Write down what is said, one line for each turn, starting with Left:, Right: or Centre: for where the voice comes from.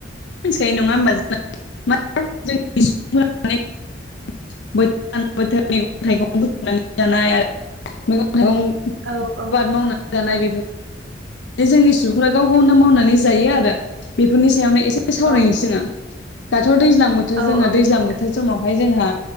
Left: मिनथिखायो नङा होमबा जोंना मा <unintelligible> बोथोर बोथोर मैगं थाइगं बुथुमनानै जानाय आरो मैगं <unintelligible>
Right: औ औ
Left: आबाद मावनानै जानाय बेफोर जोंनि सुबुंफ्रा गाव गावनो मावनानै जायो आरो बेफोरनि सायावनो ए सावरायनोसै
Right: औ
Left: जोङो थ' दैज्लां बोथोर
Right: औ
Left: जोङो
Right: औ
Left: दैज्लां
Right: नोंथां
Left: बोथोर समावहाय जोंहा